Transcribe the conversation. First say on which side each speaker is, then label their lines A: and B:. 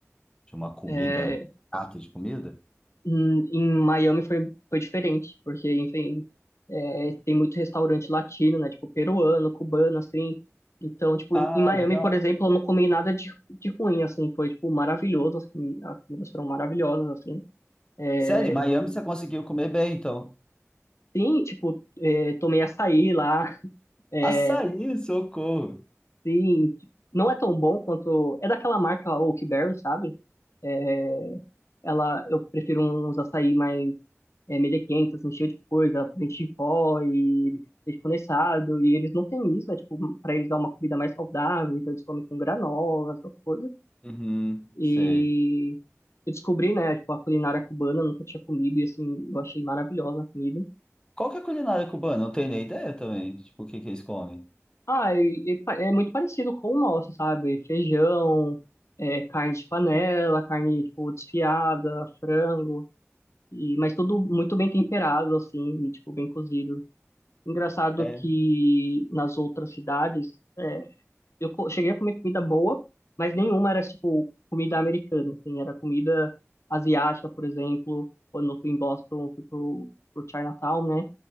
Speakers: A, on the left; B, on the left.
A: de uma comida,
B: é,
A: prato de comida?
B: em em Miami foi, foi diferente, porque, enfim, é, tem muito restaurante latino, né? Tipo, peruano, cubano, assim. Então, tipo,
A: Ah,
B: em em Miami,
A: legal.
B: por exemplo, eu não comi nada de, de ruim, assim. Foi, tipo, maravilhoso. As comi- as comidas foram maravilhosas, assim. É,
A: Sério, em Miami você conseguiu comer bem, então.
B: Sim, tipo, é, tomei açaí lá. <laughs> É,
A: Açaí, socorro.
B: sim, não é tão bom quanto. É daquela marca Oakberry, sabe? É, ela, eu prefiro uns açaí mais é, melequento, assim, cheio de coisa, leite em pó e leite condensado. E eles não têm isso, é tipo, pra eles dar uma comida mais saudável, então eles comem com granola, essas coisas.
A: Uhum,
B: E
A: sei.
B: eu descobri, né, tipo, a culinária cubana, eu nunca tinha comido, e assim, eu achei maravilhosa a comida.
A: Qual que é a culinária cubana? Eu não tenho nem ideia também. Tipo, o que que eles comem?
B: Ah, e, e pa- é muito parecido com o nosso, sabe? Feijão, é, carne de panela, carne, tipo, desfiada, frango, e, mas tudo muito bem temperado, assim, e, tipo, bem cozido. Engraçado
A: É,
B: que nas outras cidades, é, eu co- cheguei a comer comida boa, mas nenhuma era, tipo, comida americana, assim, era comida asiática, por exemplo. Quando eu fui em Boston, eu fui pro, pro Chinatown, né?